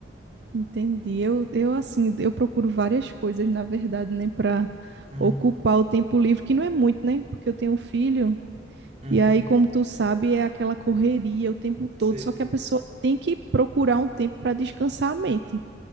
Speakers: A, on the right; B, on the right.
A: Entendi. Eu, eu assim, eu procuro várias coisas, na verdade, né, para
B: Uhum,
A: ocupar o tempo livre, que não é muito, né? Porque eu tenho um filho,
B: uhum,
A: e aí, como tu sabe, é aquela correria o tempo todo,
B: sei.
A: só que a pessoa tem que procurar um tempo para descansar a mente.